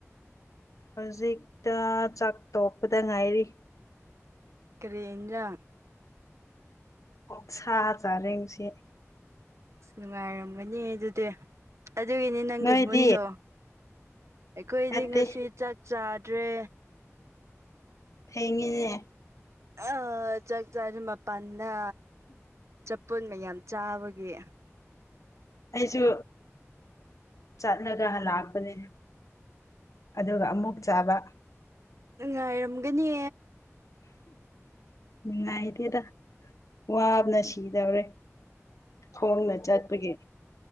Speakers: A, on the left; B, on the right.
A: ꯍꯧꯖꯤꯛꯇ ꯆꯥꯛ ꯇꯣꯛꯄꯗ ꯉꯥꯏꯔꯤ
B: ꯀꯔꯤꯦꯖ
A: ꯑꯣ ꯁꯥ ꯆꯥꯔꯦ ꯉꯁ
B: ꯑꯁ ꯅꯨꯡꯉꯥꯏꯔꯝꯒꯅꯤ ꯑꯗꯨꯗꯤ ꯑꯗꯨꯒꯤꯅꯤ ꯅꯪꯒꯤ
A: ꯅꯣꯏꯗꯤ
B: ꯃꯨꯠꯇꯣ ꯑꯩꯈꯣꯏꯗꯤ
A: ꯅꯠꯇꯦ
B: ꯉꯁꯤ ꯆꯥꯛ ꯆꯥꯗ꯭ꯔꯦ
A: ꯊꯦꯡꯉꯤꯅꯦꯦ
B: ꯑ ꯆꯥꯛ ꯆꯥꯔ ꯃꯄꯥꯟꯗ ꯆꯄꯜ ꯃꯌꯥꯝ ꯆꯥꯕꯒꯤꯦ
A: ꯑꯩꯁꯨ ꯆꯠꯂꯒ ꯂꯥꯛꯄꯅꯤ ꯑꯗꯨꯒ ꯑꯃꯨꯛ ꯆꯥꯕ
B: ꯉꯥꯏꯔꯝꯒꯅꯤ
A: ꯅꯨꯡꯉꯥꯏꯗꯦꯗ ꯋꯥꯕꯅ ꯁꯤꯗꯧꯔꯦ ꯊꯣꯡꯅ ꯆꯠꯄꯒꯤ